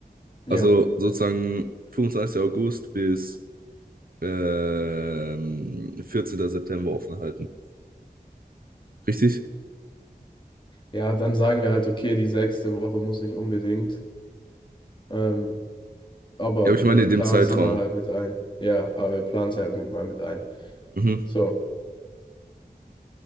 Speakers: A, on the left; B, on the right.
A: ja.
B: Also sozusagen fünfundzwanzigsten August bis ähm, 14. September offen halten. Richtig?
A: Ja, dann sagen wir halt, okay, die sechste Woche muss nicht unbedingt. Ähm, aber
B: Ja, aber ich meine
A: wir
B: in
A: planen
B: dem Zeitraum.
A: sie mal halt mit ein. Ja, aber wir planen sie halt mit mal mit ein.
B: Mhm.
A: So,